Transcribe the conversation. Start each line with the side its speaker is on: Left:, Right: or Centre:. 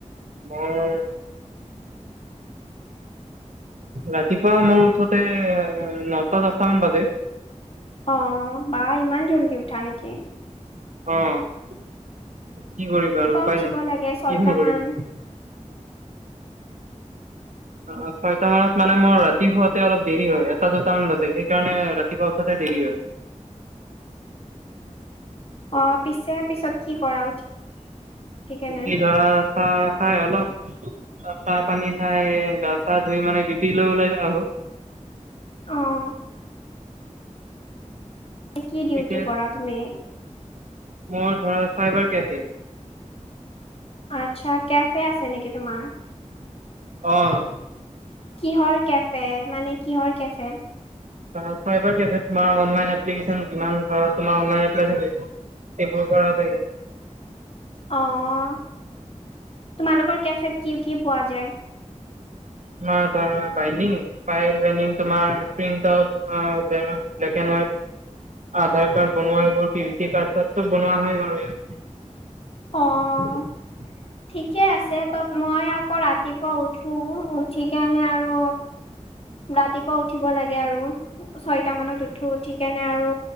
Right: মোৰ। ৰাতিপুৱা মই উঠোঁতে নটা দচটা মান বাজে।
Left: অহ', বা ইমান জল্দি উঠা নেকি?
Right: অহ কি কৰিবা
Left: ৰাতিপুৱা
Right: আৰু উপায়
Left: উঠিব
Right: নাই কিনো
Left: লাগে ছয়টা মান।
Right: কৰিম অহ ছয়টা মানত মানে মোৰ ৰাতি শুৱতে অলপ দেৰি হয় এটা দুটা মান বাজে সেইকাৰণে ৰাতিপুৱা উঠাতে দেৰি হয়।
Left: অহ পিছে পিছত কি কৰা উঠি কেনে?
Right: উঠি ধৰা চাহঁ খাই অলপ। চাহ পানী খাই গা চা ধুই মানে ডিউটি লৈ ওলাই যাওঁ আক
Left: অহ কি ডিউটি
Right: তেতিয়া
Left: কৰা তুমি।
Right: মোৰ ধৰা চাইবাৰ কেফে।
Left: আচ্ছা কেফে আছে নেকি তোমাৰ
Right: অহ
Left: কিহৰ কেফে মানে কিহৰ কেফেত।
Right: ধৰা প্ৰাইভেট কেফেত তোমাৰ অনলাইন এপ্লিকেচন যিমান পাৰা তোমাৰ অনলাইনত থাকে। এইবোৰ কৰা থাকে
Left: অ' তোমালোকৰ কেফেত কি কি পোৱা যায়?
Right: তোমাৰ ধৰা বাইনিং। প্ৰাই বাইনিং তোমাৰ প্ৰীণ্টআউট হয় black and white. Aadhaar card বনোৱাৰ এইবোৰ পি ভি চি কাৰ্ড চাত চব বনোৱা হয় এইবাবে।
Left: অ'
Right: <inaudible>
Left: ঠিকে আছে, তত মই আকৌ ৰাতিপুৱা উঠো, উঠিকেনে আৰু ৰাতিপুৱা উঠিব লাগে আৰু। ছয়টা মানত উঠো, উঠিকেনে আৰু